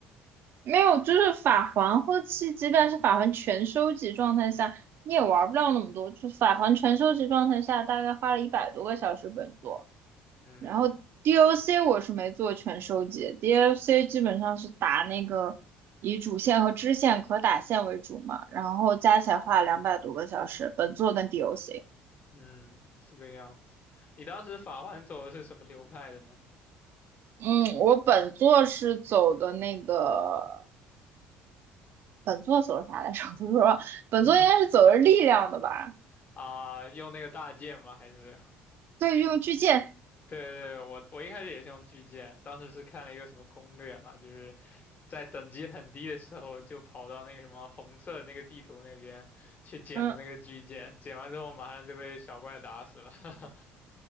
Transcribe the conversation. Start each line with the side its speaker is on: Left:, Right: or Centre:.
Right: 没有，就是法环后期即便是法环全收集状态下，你也玩不了那么多，就是法环全收集状态下大概花了一百多个小时本作。
Left: 嗯
Right: 然后 DOC 我是没做全收集，DOC 基本上是打那个以主线和支线可打线为主嘛，然后加起来花了两百多个小时，本作跟 DOC。
Left: 嗯，是这样子。你当时法环走的是什么流派的呢？
Right: 嗯，我本作是走的那个，本作走的啥来着？<laughs> 我不知道，本作应该是走的力量的吧？
Left: <laughs> 啊，用那个大剑吗？还是？<laughs>
Right: 对，用巨剑，
Left: 对对，我我一开始也是用巨剑，当时是看了一个什么攻略嘛，就是在等级很低的时候，就跑到那个什么红色的那个地图那边去捡了那个巨剑，
Right: 嗯
Left: 捡完之后马上就被小怪打死了。<laughs>